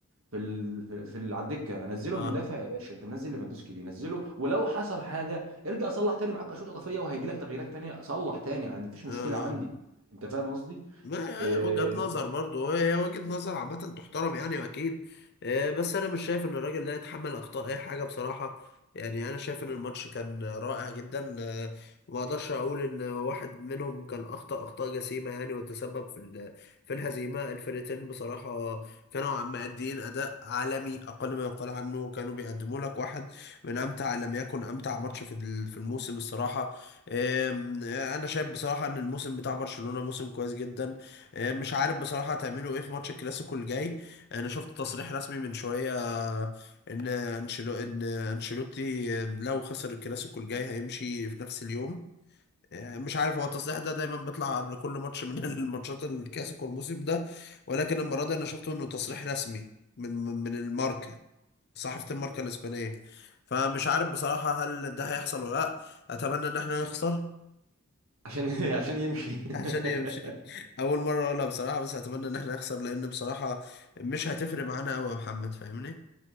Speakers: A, on the right; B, on the left.
A: في ال... في في ال... على الدكه هنزله
B: اه
A: المدافع يا باشا انت منزل ليفاندوسكي ليه نزله ولو حصل حاجه ارجع صلح تاني معاك شوط اضافيه وهيجي لك تغييرات تانيه صلح تاني عندي مفيش مشكله
B: آه. اه.
A: عندي انت فاهم قصدي
B: ما
A: إيه...
B: هي وجهة نظر برضه هي وجهة نظر عامة تحترم يعني أكيد آه، بس أنا مش شايف إن الراجل ده يتحمل أخطاء أي حاجة بصراحة يعني أنا شايف إن الماتش كان رائع جدا آه، وما أقدرش أقول إن واحد منهم كان أخطأ أخطاء جسيمة يعني وتسبب في ال- في الهزيمة الفرقتين بصراحة كانوا مأدين أداء عالمي أقل ما يقال عنه كانوا بيقدموا لك واحد من أمتع إن لم يكن أمتع ماتش في ال- في الموسم الصراحة آم، آه، أنا شايف بصراحة إن الموسم بتاع برشلونة موسم كويس جدا آه، مش عارف بصراحة هتعملوا ايه في ماتش الكلاسيكو الجاي انا شفت تصريح رسمي من شوية آه، ان انشيلو ان انشيلوتي لو خسر الكلاسيكو الجاي هيمشي في نفس اليوم آه، مش عارف هو التصريح ده دايما بيطلع قبل كل ماتش من <laughs> الماتشات الكلاسيكو الموسم ده ولكن المرة دي انا شفته انه تصريح رسمي من من من الماركة صحيفة الماركة الإسبانية فمش عارف بصراحة هل ده هيحصل ولا لأ أتمنى إن احنا نخسر
A: عشان <laughs> عشان يمشي
B: عشان يمشي
A: <laughs>
B: اول مره اقولها بصراحه بس اتمنى ان احنا نخسر لان بصراحه مش هتفرق معانا قوي يا محمد فاهمني